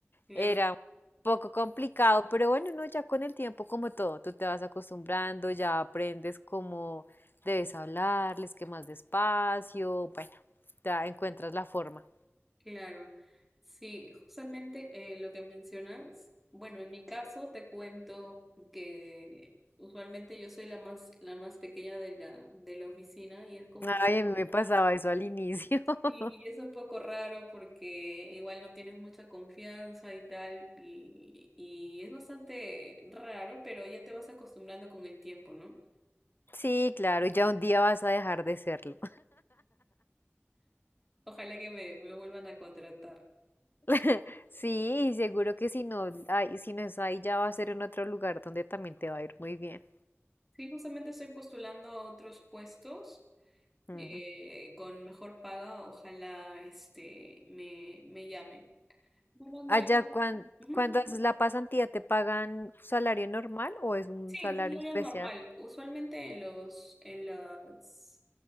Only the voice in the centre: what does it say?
claro,
claro. Sí, justamente eh, lo que mencionas, bueno, en mi caso te cuento que usualmente yo soy la más, la más pequeña de la, de la oficina y es como un poco,
sí, y es un poco raro porque igual no tienes mucha confianza y tal, y, y es bastante raro, pero ya te vas acostumbrando con el tiempo, ¿no?
Ojalá que me, me vuelvan a contratar.
Sí, justamente estoy postulando a otros puestos
eh, con mejor paga. Ojalá este me, me llamen. Bueno, Andrea.
ujú.
Sí,
es un horario
normal. Usualmente en los, en las,